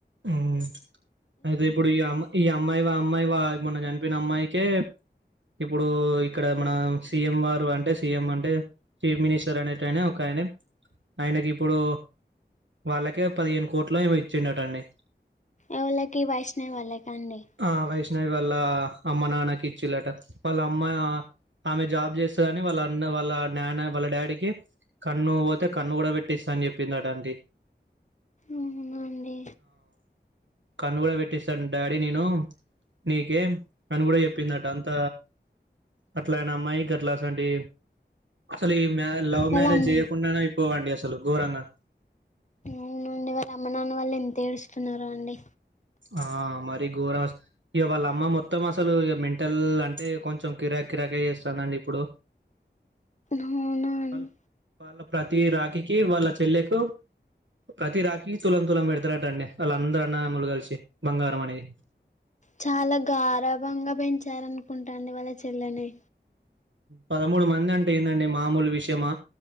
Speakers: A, on the right; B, on the left.
A: ఉమ్ అయితే ఇప్పుడు ఈ అమ్మా ఈ అమ్మాయి అమ్మాయి వా మొన్న చనిపిన అమ్మాయికే ఇప్పుడు ఇక్కడ మన సీఎం వారు అంటే సీఎం అంటే చీఫ్ మినిస్టర్ అనేటనే ఒక ఆయన ఆయనకి ఇప్పుడు వాళ్ళకే పదిహేను కోట్లు ఏమి ఇచ్చిండటండి
B: ఎవళ్ళకి వైష్ణవి వాళ్ళ కాండి
A: ఆ వైష్ణవి వాళ్ళ అమ్మ నాన్నకి ఇచ్చిలాట వాళ్ళ అమ్మా ఆమె జాబ్ చేస్తుందిని వాళ్ళన్న వాళ్ళ నాన్న వాళ్ళ డాడీకి కన్ను పోతే కన్ను కూడా పెట్టిస్తాని చెప్పిందిట అంట
B: అవున అండి
A: కన్ను కూడా పెట్టిస్తాను డాడీ నేను నీకే అని కూడా చెప్పిందట అంత అట్లా ఆయన అమ్మాయికి అట్లా అసంటి అసలు మ లవ్
B: వాళ్ళ
A: మ్యారేజ్
B: అమ్మ
A: చేయకుండానే అయి పోవండి అసలు గోరంగా
B: అవునండి వాళ్ళు అమ్మ నాన్న వాళ్ళు ఎంత ఏడుస్తున్నారో అండి
A: ఆ మరి ఘోరం ఇక వాళ్ళ అమ్మ మొత్తం అసలు ఇక మెంటల్ అంటే కొంచెం కిరాక్ కిరాకే చేస్తానండి ఇప్పుడు
B: అవునా అండి
A: అల్ వాళ్ళ ప్రతిీ రాకికి వాళ్ళ చెల్లెకు ప్రతి రాకికి తులం తులం పెడతారటండి వాళ్ళ అందరన్నదమ్ములు కలిసి బంగారం అనేది
B: చాలా గారభంగా పెంచారని కుంటాండి వాళ్ళ చెల్లని
A: పదమూడు మంది అంటే ఏందండి మామూలు విషయమా